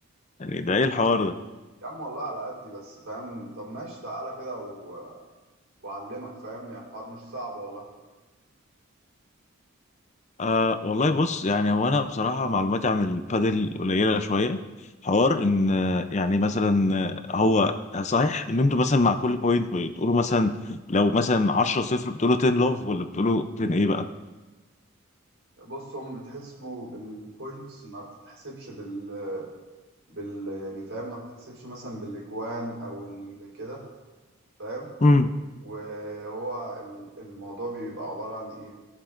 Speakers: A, on the left (about 35°); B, on the right (about 65°).
A: يعني ده ايه الحوار ده
B: يا عم والله على قدي بس فاهم طب ماشي تعالى كده و... واعلمك فاهم يعني الحوار مش صعب والله
A: آه والله بص يعني هو انا بصراحة معلوماتي عن البادل قليلة شوية حوار ان آه، يعني مثلا آه، هو صحيح ان انتوا مثلا مع كل بوينت بتقولوا مثلا لو مثلا 10 صفر بتقولوا 10 لوف ولا بتقولوا 10 ايه بقى
B: بص هم بتحسبوا بالبوينتس ما بتتحسبش بال بال يعني فاهم ما بتحسبش مثلا بالاجوان او ال... كده فاهم
A: امم
B: وهو ال- الموضوع بيبقى عباره عن ايه